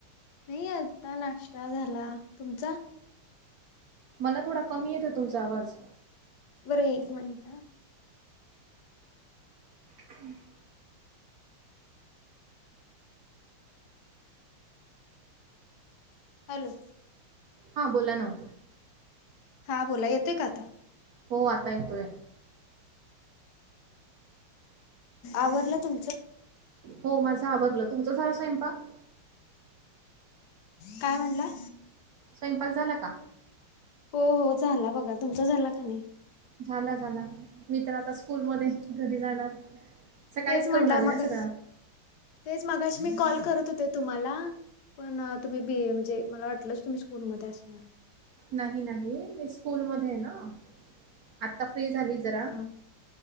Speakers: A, on the left; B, on the right.
A: नाही आता नाश्ता झाला, तुमचा?
B: मला थोडा कमी येतोय तुमचा आवाज.
A: बरं एक मिंनट अ.
B: हम् <inaudible>
A: हॅलो.
B: हां बोला ना.
A: हां बोला, येतोय का आता?
B: हो आता येतोय.
A: आवरल तुमचं?
B: हो माझं आवरल, तुमच झाला स्वयंपाक?
A: काय म्हटला?
B: स्वयंपाक झाला का?
A: हो हो झाला बघा, तुमचा झाला का नाही?
B: झाला, झाला मी तर आता स्कूल मध्ये घरी जाणार. सकाळीच
A: तेच म्हटलं
B: करून आले
A: मग
B: ना सगळा.
A: तेच मागाशी मी कॉल करत होते तुम्हाला. पण तुम्ही बी ए म्हणजे मला वाटलंच तुम्ही स्कूलमध्ये असणार.
B: नाही, नाही मी स्कूल मध्ये आहे ना. आता फ्री झाली जरा
A: हां